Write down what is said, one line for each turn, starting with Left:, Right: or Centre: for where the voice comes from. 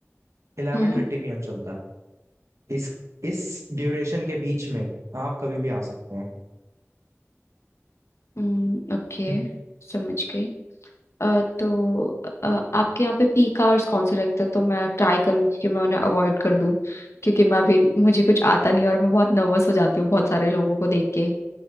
Right: इलेवन
Left: हम्म
Right: थर्टी पी एम चलता है इस इस ड्यूरेशन के बीच में आप कभी भी आ सकते हैं
Left: हम्म ओके
Right: <clears throat>
Left: समझ गई अ, तो अ, आपके यहाँ पे पीक आवर्स कौन से रहते हैं तो मैं ट्राई करूंगी कि मैं उन्हें अवॉइड कर दूं क्योंकि मैं अभी मुझे कुछ आता नहीं और मैं बहुत नर्वस हो जाती हूँ बहुत सारे लोगों को देख के